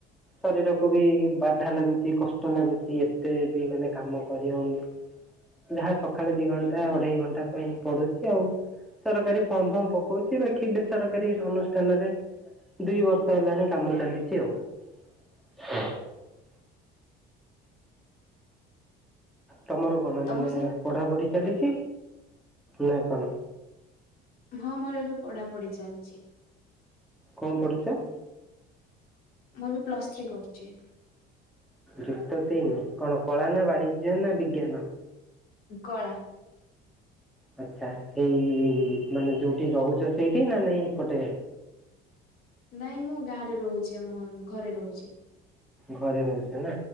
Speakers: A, in the centre; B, on the left.
A: ଶରୀରକୁ ବି ବାଧା ଲାଗୁଛି, କଷ୍ଟ ଲାଗୁଛି, ଏତେ ବି ମାନେ କାମ କରି ହଉନି। ଯାହା ସକାଳେ ଦି ଘଣ୍ଟା ଅଢେଇ ଘଣ୍ଟା ପାଇଁ ପଡୁଛି ଆଉ। ସରକାରୀ ଫର୍ମ ଫର୍ମ ପକଉଛି ବାକି ବେସରକାରୀ ଅନୁଷ୍ଠାନରେ। ଦୁଇ ବର୍ଷ ହେଲାଣି କାମ ଚାଲିଛି ଆଉ। <unintelligible> ତମର କଣ ମାନେ
B: ତମ ସ
A: ପଢାପଢି ଚାଲିଛି ନା କଣ?
B: ହଁ ମୋର ଏବେ ପଢା ପଢି ଚାଲିଛି।
A: କଣ ପଡୁଛ?
B: ମୁଁ ଏବେ ପ୍ଲସ ଥ୍ରୀ କରୁଛି।
A: ଯୁକ୍ତ ତିନି କ'ଣ କଳା ନା ବାଣିଜ୍ୟ ନା ବିଜ୍ଞାନ
B: କଳା।
A: ଆଛା ଏଇ ମାନେ ଯଉଠି ରହୁଚ ସେଇଠି, ନା ନାଇଁ ଏପଟେ
B: ନାଇଁ ମୁଁ, ଗାଁରେ ରହୁଚି ଆମ ଘରେ ରହୁଚି।
A: ଘରେ ରହୁଚ ନା,